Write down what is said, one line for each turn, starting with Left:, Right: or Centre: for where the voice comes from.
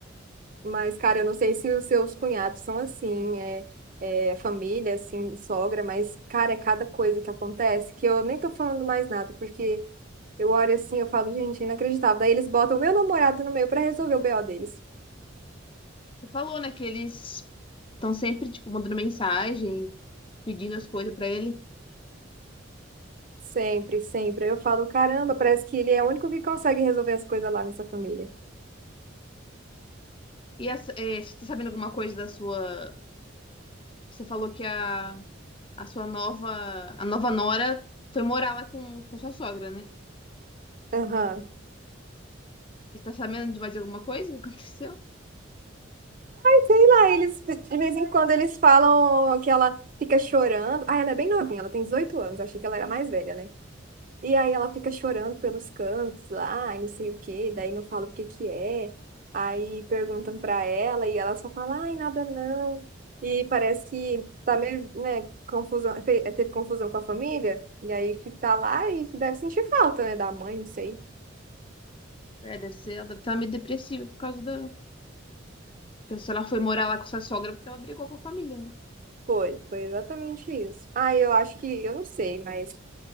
Right: Mas, cara, eu não sei se os seus cunhados são assim, é, é, família, assim, sogra, mas, cara, é cada coisa que acontece que eu nem tô falando mais nada, porque eu olho assim, eu falo, gente, é inacreditável. Daí eles botam o meu namorado no meio pra resolver o BO deles.
Left: Você falou, né, que eles estão sempre, tipo, mandando mensagem, pedindo as coisas pra ele.
Right: Sempre, sempre. Eu falo, caramba, parece que ele é o único que consegue resolver as coisas lá nessa família.
Left: E essa- é, você tá sabendo alguma coisa da sua... Você falou que a, a sua nova... A nova nora foi morar lá com, com a sua sogra, né?
Right: Aham.
Left: Você tá sabendo de mais alguma coisa que aconteceu?
Right: Sei lá, eles, de vez em quando, eles falam que ela fica chorando. Ah, ela é bem novinha, ela tem 18 anos, achei que ela era mais velha, né? E aí ela fica chorando pelos cantos lá, e não sei o quê, daí não fala o que que é. Aí perguntam pra ela e ela só fala, ai, nada não. E parece que tá meio, né, confusão, fe- teve confusão com a família, e aí fi- tá lá e deve sentir falta, né, da mãe, não sei.
Left: É, deve ser, ela deve estar meio depressiva por causa da, Então, se ela foi morar lá com sua sogra porque ela brigou com a família, né?
Right: Foi, foi exatamente isso. Ah, eu acho que, eu não sei, mas